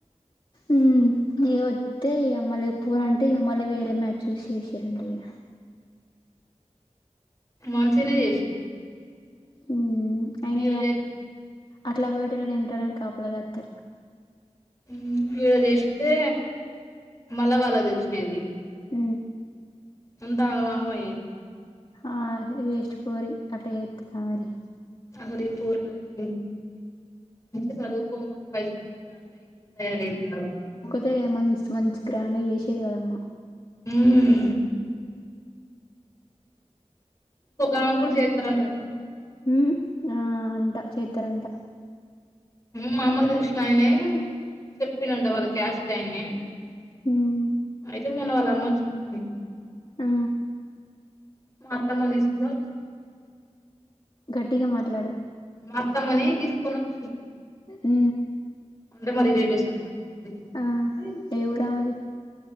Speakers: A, on the left; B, on the left.
A: ఊ ఇగొ త్తే ఇగ మళ్ళ పోనంటే ఇగ మళ్ళ వేరే మ్యాచ్ చూసేసిరంట ఇగ
B: మంచిగనే చేసిర్రు
A: ఉమ్ ఆయన
B: ఈరోజే
A: అట్లా పోయేటోళ్ళని ఎన్ రోల్లని కాపలా గాత్తరు
B: హూ ఇగ దెస్తే మళ్ళా వాళ్ళకి తెలిసిపోయేది
A: ఊ
B: అంతా ఆగమాగం అయ్యేది
A: ఆ వేస్ట్ పోరి అట్లా జేత్తదా మరి
B: అసల్ ఈ పోరగాలకి ఎందు <inaudible> మంచిగా చదువుకోమని పైసలు వెడతాన్ <inaudible> గిట్ట తయారైనారు
A: తే మన్స్ మంచి గ్రాండ్ గ చేసేది వాళ్ళమ్మ
B: ఊమ్ కొకామె గూడ జేత్తరంట గదా
A: ఉ ఆ అంట చేత్తరంట
B: మా అమ్మ తెలిసిన ఆయనే చెప్పిండంట వాళ్ళ క్యాస్ట్ ఆయనే
A: ఉమ్
B: అయితే మొన్న వాళ్ళ అమ్మొచ్చి <inaudible>
A: ఆ
B: మా అత్తమ్మన్ ఈసుకోనొచ్చింది
A: గట్టిగా మాట్లాడు
B: మా అత్తమ్మనీ తీసుకొనొచ్చింది
A: ఊ
B: అంటే మా రిలేటివ్స్ అన్మాట <inaudible>
A: ఆ ఏ ఊరు ఆమెది